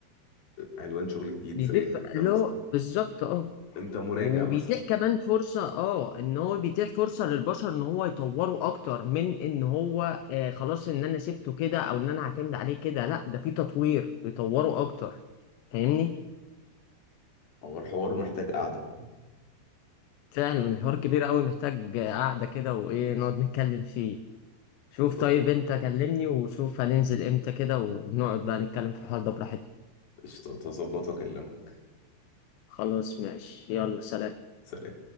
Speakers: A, on the left; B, on the left.
A: عنوان شغل جديد
B: بيضيف
A: زي ان انت
B: اللي
A: مثلا
B: هو بالظبط اه
A: انت مراجع
B: وبيتيح
A: مثلا
B: كمان فرصة اه ان هو بيتيح فرصة للبشر ان هو يطوروا اكتر من ان هو آه خلاص ان انا سبته كده او ان انا هعتمد عليه كده لا ده في تطوير بيطوروا اكتر فاهمني
A: هو الحوار محتاج قعده
B: فعلا الحوار كبير قوي محتاج قعدة كده وايه نقعد نتكلم فيه شوف
A: خلاص
B: طيب انت كلمني وشوف هننزل امتى كده ونقعد بقى نتكلم في الحوار ده براحتنا
A: قشطة، هظبط واكلمك
B: خلاص ماشي يلا سلام
A: سلام